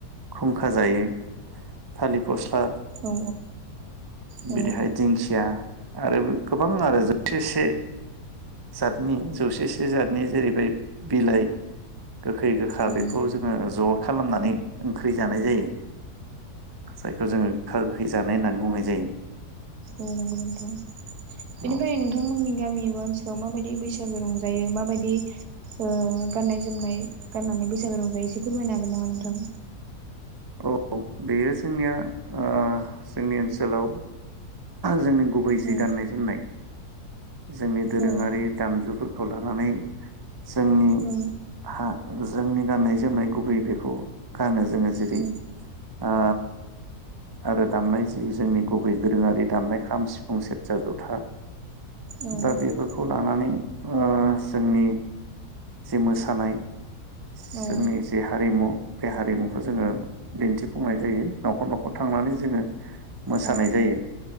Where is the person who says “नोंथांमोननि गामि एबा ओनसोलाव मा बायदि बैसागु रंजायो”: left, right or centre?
Right